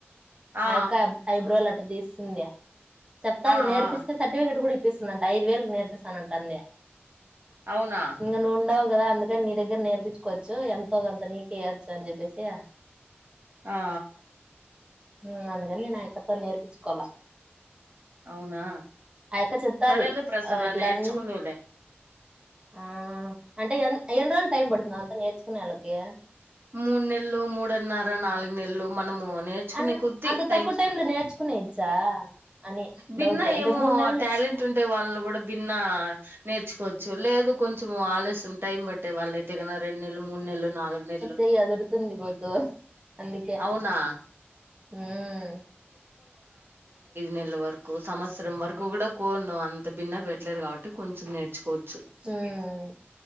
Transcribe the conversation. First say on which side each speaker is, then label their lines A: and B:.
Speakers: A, on the right (about 60°); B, on the right (about 25°).
A: ఆ ఆ
B: ఆయొక్క ఐబ్రోలా అట్ట తీస్తుంది చెప్తాది
A: ఆ
B: నేర్పిస్తే
A: ఆ
B: సర్టిఫికేట్ కూడ్ పిస్తుందంట ఐదు వేలు నేర్పిస్తానంట అందే
A: అవునా
B: ఇంగ నువ్ ఉండవ్ కదా అందుకని నీ దగ్గర నేర్పించుకోవచ్చు ఎంతో గంత నీకు ఇయొచ్చు అని చెప్పేసి
A: ఆ
B: ఊమ్ అందుకని నేను అ యక్కతోని నేర్పించుకోల
A: అవునా
B: ఆ యక్క చెప్తాది
A: సరేలే ప్రసన్న
B: ఆ ఇట్ల
A: నేర్చుకుందువులే
B: అన్నీ ఆ అంటే ఎన్ ఏండ్రోల్ టైమ్ పడుతుంది అదంతనేర్చుకునే ఆలకు ఏ
A: మూడు నెల్లు మూడున్నారా నాలుగు నెల్లు మనము నేర్చుకునే
B: అన్
A: కొద్ది
B: అంత
A: టైం
B: తక్కువ లో నేర్చుకునేయచ్చా అని
A: బిన్న
B: డౌట్ అంటే
A: ఏమో
B: మూడు నెలలు
A: టాలెంట్ ఉంటే వాళ్ళు కూడా భిన్న నేర్చుకోవచ్చు లేదు కొంచెం ఆలస్యం టైం పట్టే వాళ్ళయి తెగిన రెండు నెల్లు మూడు నెల్లు నాలుగునెల్లు
B: చెయ్ అదరుతుందిగోతు అందుకే
A: అవునా
B: ఊమ్
A: నెళ్లు వరకు సంవత్సరం వరకు కూడా కోను అంత భిన్న పెట్టలేరు కాబట్టి కొంచెం నేర్చుకో చు
B: హ్మ్.